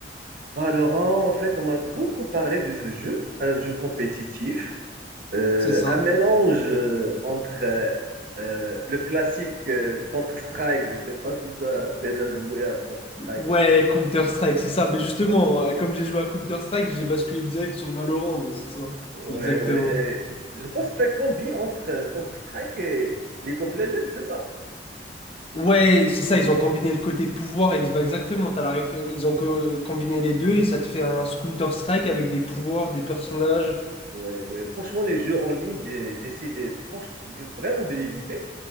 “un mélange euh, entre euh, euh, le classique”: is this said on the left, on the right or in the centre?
Right